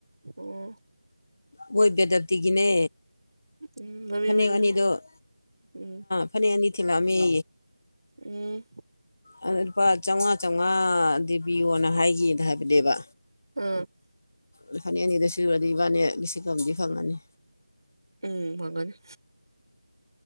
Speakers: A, on the right; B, on the left.
A: ꯎꯝ
B: ꯃꯣꯏ ꯕꯦꯗꯞꯇꯤꯒꯤꯅꯦ
A: ꯎꯝ ꯃꯃꯤ
B: ꯐꯅꯦꯛ
A: ꯃꯤꯡ
B: ꯑꯅꯤꯗꯣꯦꯛ
A: ꯎꯝ
B: ꯐꯅꯦꯛ ꯑꯅꯤ ꯊꯤꯜꯂꯛꯑꯃꯤ
A: ꯎꯝ
B: ꯑ ꯂꯨꯄꯥ ꯆꯥꯝꯃꯉꯥ ꯆꯥꯝꯃꯉꯥꯗꯤ ꯄꯤꯌꯣꯅ ꯍꯥꯏꯒꯅ ꯍꯥꯏꯕꯅꯦꯕ
A: ꯑ
B: ꯂꯨꯄꯥꯅꯤ ꯑꯅꯤꯗ ꯁꯨꯔꯗꯤ ꯏꯕꯥꯅꯤꯁꯤꯡ ꯐꯪꯃꯅꯤ
A: ꯎꯝ ꯐꯒꯅꯤ